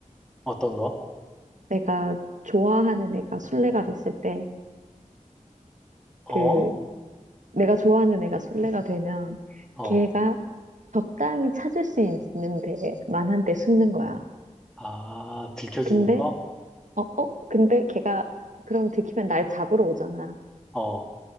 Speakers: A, in the centre; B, on the right.
A: 어떤 거?
B: 내가 좋아하는 애가 술래가 됐을 때,
A: 어?
B: 그, 내가 좋아하는 애가 술래가 되면,
A: 어, 어.
B: 걔가 적당히 찾을 수 있는 데만한 데 숨는 거야.
A: 아, 들켜주는
B: 근데
A: 거?
B: 어, 어, 근데 걔가 그럼 들키면 날 잡으러 오잖아.
A: 어.